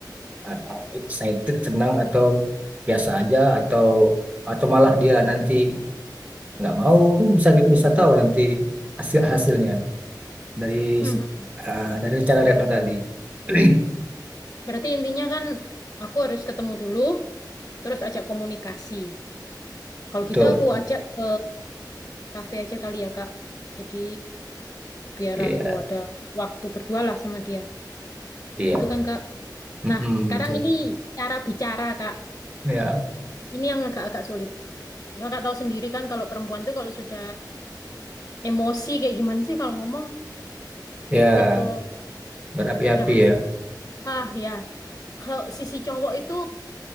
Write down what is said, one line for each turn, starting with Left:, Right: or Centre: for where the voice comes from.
Right: eh, excited, senang atau biasa aja atau atau malah dia nanti nggak mau kan bisa bisa tahu nanti hasil hasilnya dari
Left: Hmm,
Right: eh, dari rencana Retno tadi. <clears throat>
Left: Berarti intinya kan aku harus ketemu dulu, terus ajak komunikasi. Kalau
Right: Betul.
Left: gitu aku ajak ke kafe aja kali ya kak. Jadi biar
Right: Iya,
Left: aku ada waktu berdua lah sama dia.
Right: iya.
Left: Gitu kan kak.
Right: Mm-mm,
Left: Nah sekarang
Right: betul.
Left: ini cara bicara kak.
Right: Ya,
Left: Ini yang agak-agak sulit. Kakak tahu sendiri kan kalau perempuan tuh kalau sudah emosi kayak gimana sih kalau ngomong
Right: ya
Left: itu
Right: berapi-api
Left: udah
Right: ya
Left: ah ya kalau sisi cowok itu